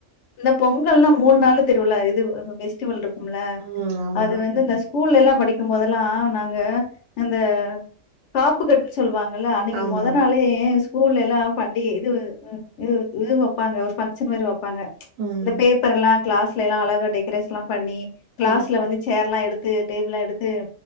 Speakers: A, on the left (about 65°); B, on the right (about 80°).
A: இந்த பொங்கல்னா மூணு நாளு திருவிழா இது பெஸ்டிவல்ருக் ம்ல
B: ம். ஆமா.
A: அது வந்து
B: ம்.
A: இந்த ஸ்கூல்ல எல்லா படிக்கும்போதெல்லா நாங்க இந்த காப்பு கட்டுன் சொல்லுவாங்கல அன்னைக்கு
B: ஆமா.
A: மொத நாளே ஸ்கூல்ல எல்லா பண்டி இது இது இது வைப்பாங்க ஒரு பங்க்ஷன் மரி வப் பாங்க
B: ம்.
A: இந்த பேப்பர் ல்லா கிளாஸ்ல எல்லா அழகா டெரேஷன்லா பண்ணி கிளாஸ்ல
B: ம்.
A: வந்து சேர்லா எடுத்து டேபுள்லா எடுத்து